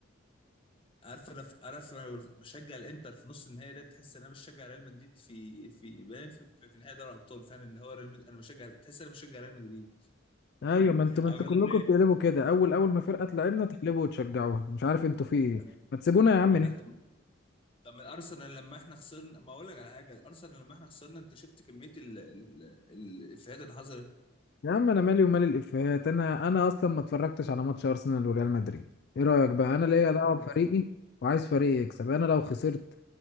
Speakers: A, on the left; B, on the left.
A: عارف انا عارف انا بشجع الانتر في نص النهائي ده تحس ان انا بشجع ريال مدريد في في باين في, في نهائي دوري الابطال فعلا ان هو ريال مدريد انا بشجع تحس ان انا بشجع ريال مدريد
B: ايوه ما انتوا ما
A: عارف
B: انتوا
A: انا
B: كلكم
A: ايه
B: بتقلبوا كده اول اول ما فرقة تلعبنا تقلبوا وتشجعوها مش عارف انتوا في ايه
A: طب
B: ما تسيبونا يا عم
A: لا طب طب من ارسنال لما احنا خسرنا ما اقول لك على حاجه ارسنال لما احنا خسرنا انت شفت كميه ال- ال- الافيهات اللي حصلت
B: يا عم انا مالي ومال الافيهات انا انا اصلا ما اتفرجتش على ماتش ارسنال وريال مدريد ايه رايك بقى انا ليا دعوه بفريقي
A: بس
B: وعايز فريقي يكسب انا لو خسرت